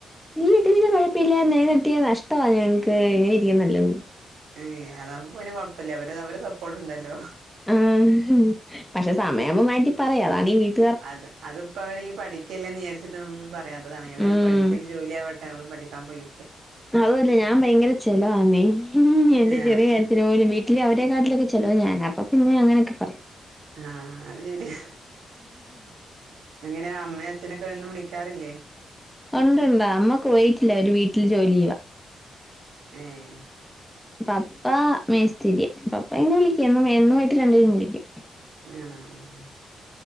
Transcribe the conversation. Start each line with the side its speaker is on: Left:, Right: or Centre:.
Centre: നീ വീട്ടില് <unintelligible> തില്ല <unintelligible> നഷ്ട്ടവാ ഞങ്ങക്ക് ഇങ്ങനെ ഇരിക്കുന്ന <unintelligible>
Right: ഏയ് അതാവുമ്പോ പിന്നെ കൊഴപ്പല്ല അവര് അവരെ സപ്പോർട്ട് ഇണ്ടല്ലോ
Centre: ആഹ് പക്ഷെ സമയാവുമ്പം മാറ്റി പറയും അതാണീ വീട്ട്
Right: അത് അത്പ്പവര് ഈ പഠി ക്കെല്ലെ വിചാരിച്ചിട്ട് ഒന്നും പറയാത്തതാണെ ഏതായാലും
Centre: ഉം
Right: പഠിച്ചൊരു ജോലി ആവട്ടെ അവള് പഠിക്കാൻ പോയി
Centre: അതു അല്ലാ ഞാൻ ഭയങ്കര ചെലവാന്നേ എന്റെ
Right: ആഹ്
Centre: ചെറിയ കാര്യത്തി ജോലി വീട്ടില് അവരെ കാട്ടിലൊക്കെ ചെലവ് ഞാനാ അപ്പ പിന്നെ അങ്ങനൊക്കെ പറയും
Right: ആഹ് അത് ശരിയാ എങ്ങനെ അമ്മേ അച്ഛനൊക്കെ എന്നും വിളിക്കാറില്ലേ?
Centre: ഒണ്ടൊണ്ട് അമ്മ കുവൈത്തിലാ ഒരു വീട്ടില് ജോലി ചെയ്യുവാ
Right: ഏഹ്
Centre: പപ്പ മേസ്തിരിയാ പപ്പ <unintelligible> വിളിക്കും എന്നും വയ്യിട്ട് രണ്ട് പേരും വിളിക്കും
Right: ആണോ ആഹ് ആഹ്